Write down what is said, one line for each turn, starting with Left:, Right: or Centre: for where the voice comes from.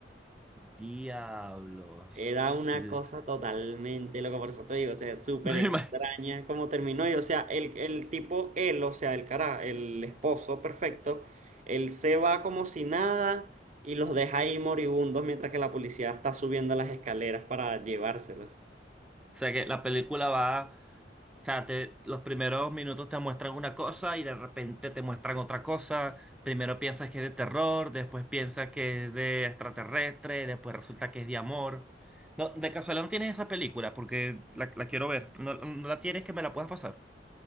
Centre: Diablos.
Right: Era una
Centre: <laughs>
Right: cosa totalmente loca, por eso te digo, o sea, súper
Centre: Me
Right: extraña
Centre: ima-
Right: cómo terminó. Y o sea, el, el tipo, él, o sea, el cara, el esposo perfecto, él se va como si nada y los deja ahí moribundos mientras que la policía está subiendo las escaleras para llevárselos.
Centre: O sea que la película va. O sea, te- los primeros minutos te muestran una cosa y de repente te muestran otra cosa. Primero piensas que es de terror, después piensas que es de extraterrestre, después resulta que es de amor. No, de casualidad no tienes esa película porque la, la quiero ver. No, no la tienes que me la puedas pasar.